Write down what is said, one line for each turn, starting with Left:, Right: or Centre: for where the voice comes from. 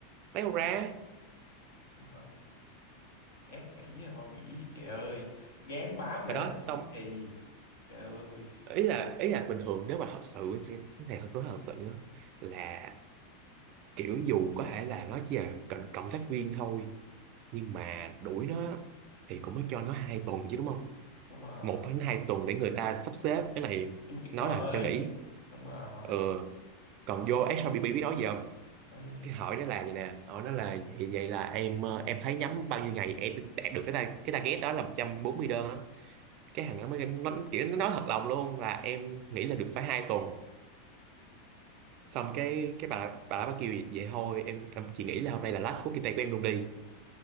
Right: lấy đâu ra
Left: nè ép nghỉ là thôi nghỉ đi chị ơi gán bám lại
Right: rồi đó xong
Left: giữ gì trời ơi
Right: ý là ý là bình thường nếu mà thật sự cái này tôi thật sự á, là kiểu dù có thể là nó chỉ là cộng, cộng tác viên thôi nhưng mà đuổi nó thì cũng mới cho nó hai tuần chứ đúng không
Left: đúng rồi
Right: một đến hai tuần để người ta sắp xếp cái này
Left: kiếm việc
Right: nó
Left: mới
Right: làm cho nghỉ
Left: đúng rồi
Right: ờ còn vô SRBB biết nói gì không
Left: Ôi,
Right: cái hỏi nó là vậy nè hỏi nó là vậy, vậy là em ờ, em thấy nhắm bao nhiêu ngày em đạt được cái ta cái target đó là 140 đơn á cái thằng nó mới nó, kiểu nó nói thật lòng luôn là em nghĩ là được phải hai tuần xong cái cái bà bà đó bà kêu vậy, vậy thôi em em chỉ nghĩ là hôm nay là last working day của em luôn đi